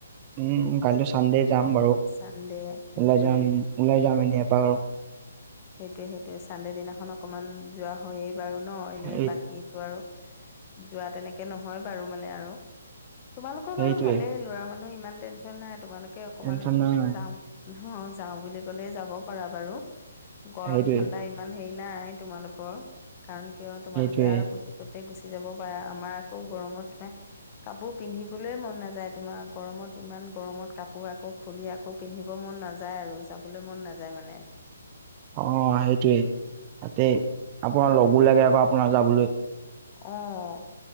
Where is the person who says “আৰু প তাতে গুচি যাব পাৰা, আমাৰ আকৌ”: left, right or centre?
Left